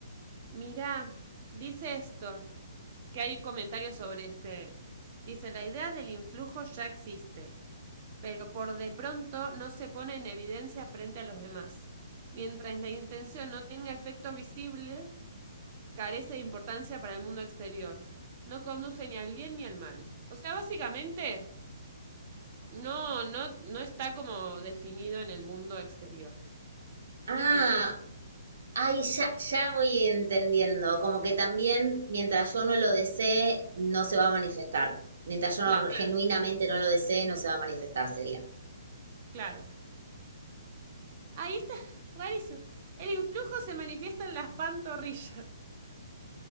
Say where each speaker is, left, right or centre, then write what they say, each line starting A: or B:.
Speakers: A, on the right; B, on the right.
A: Mirá, dice esto. que hay comentarios sobre este. Dice, la idea del influjo ya existe, pero por de pronto no se pone en evidencia frente a los demás. Mientras la intención no tenga efectos visibles, carece de importancia para el mundo exterior. No conduce ni al bien ni al mal. O sea, básicamente, no, no, no está como definido en el mundo exterior.
B: Ah,
A: ¿Viste?
B: Ay, ya, ya voy entendiendo, como que también mientras yo no lo desee, no se va a manifestar. Mientras yo no-
A: Claro,
B: genuinamente no lo desee, no se va a manifestar, sería.
A: claro. Ahí está, <laughs> rarísimo. El influjo se manifiesta en las pantorrillas.